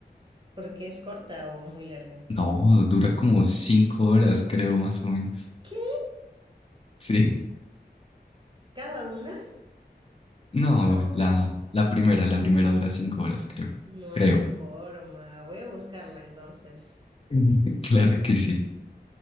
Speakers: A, on the right (about 25°); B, on the left (about 35°).
A: Porque es corta o muy larga.
B: No, dura como cinco horas, creo, más o menos.
A: ¿Qué?
B: Sí.
A: ¿Cada una?
B: No,
A: No,
B: la, la primera, la primera dura cinco horas, creo.
A: no
B: Creo.
A: hay forma. Voy a buscarla entonces.
B: <laughs> Claro que sí.